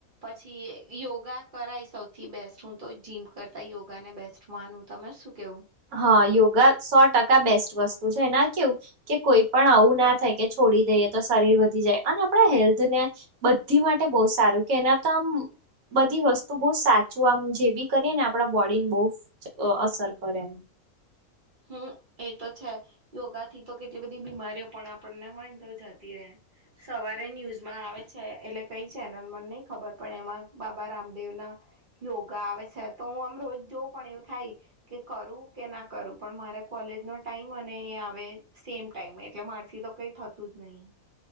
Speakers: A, on the right (about 40°); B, on the right (about 75°).
A: પછી યોગા કરાય સૌથી બેસ્ટ હું તો જીમ કરતાં યોગાને બેસ્ટ માનું તમારે શું કહેવું?
B: હા યોગા સો ટકા બેસ્ટ વસ્તુ છે એના કેવું કે કોઈ પણ આવું ના થાય કે છોડી દઈએ તો શરીર વધી જાય અને આપણા હેલ્થ ને બધી માટે બહુ સારું કે એના તો આમ બધી વસ્તુ બહ સાચું આમ જે બી કરીએ ને આપણા બોડી ને બહ અસર અરે
A: હમ એ તો છે. યોગા થી તો કેટલી બધી બીમારીઓ પણ આપણને હોય ને તો જતી રહે સવારે ન્યૂઝમાં આવે છે એટલે કઈ ચેનલમાં નહી ખબર પણ એમાં બાબા રામદેવના યોગા આવે છે તો હું આમ રોજ જોઉં પણ એવું થાય કે કરું કે ના કરું પણ મારે કોલેજનો ટાઈમ અને એ આવે સેમ ટાઈમ એટલે મારથી તો કંઈ થતું જ નહી